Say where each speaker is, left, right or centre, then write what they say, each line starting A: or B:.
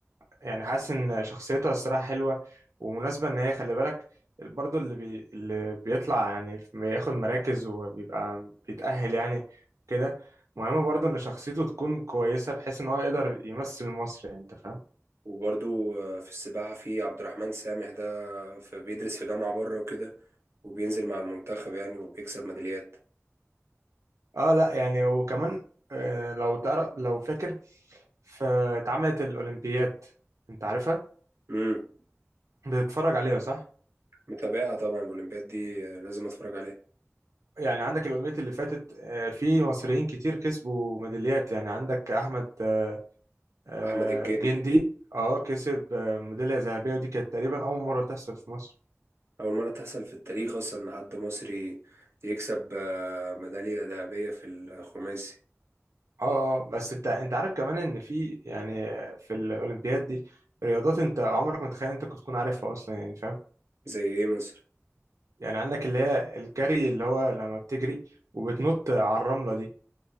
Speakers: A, on the right; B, on the right.
A: يعني حاسس ان شخصيتها الصراحه حلوه ومناسبه ان هي خلي بالك برضو اللي بي... اللي بيطلع يعني بياخد مراكز وبيبقى بيتأهل يعني كده مهم برضو ان شخصيته تكون كويسه بحيث ان هو يقدر يمثل مصر يعني انت فاهم
B: وبرضو آه، في السباحة في عبد الرحمن سامح ده في بيدرس في جامعة بره وكده وبينزل مع المنتخب يعني وبيكسب ميداليات
A: اه لا يعني وكمان آه، لو تعرف لو فاكر فاتعملت الاولمبياد انت عارفها
B: مم.
A: بتتفرج عليها صح
B: متابعها طبعا الأولمبياد دي آه، لازم أتفرج عليها
A: يعني عندك الأولمبيات اللي فاتت آه، في مصريين كتير كسبوا ميداليات يعني عندك أحمد آه، آه
B: أحمد الجندي
A: جندي اه كسب آه، ميدالية ذهبية ودي كانت تقريبا أول مرة تحصل في مصر
B: أول مرة تحصل في التاريخ أصلا إن حد مصري يكسب آه، ميدالية ذهبية في الخماسي
A: اه اه بس انت انت عارف كمان ان في يعني في الأولمبياد دي رياضات انت عمرك ما تخيل انت كنت تكون عارفها اصلا يعني فاهم
B: زي إيه مصر؟
A: يعني عندك اللي هي الجري اللي هو لما بتجري وبتنط على الرملة دي